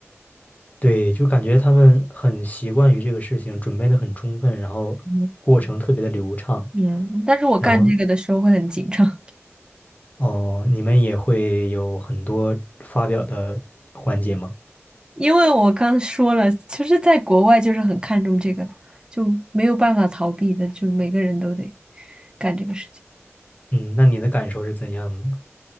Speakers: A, on the left; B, on the right.
A: 对，就感觉他们很习惯于这个事情，准备的很充分，然后过程特别的流畅，
B: 嗯，嗯但是我干这个的时候会很紧张，
A: 然后哦，你们也会有很多发表的环节吗？
B: <laughs> 因为我刚说了，其实，在国外就是很看重这个，就没有办法逃避的，就每个人都得干这个事情。
A: 嗯，那你的感受是怎样的？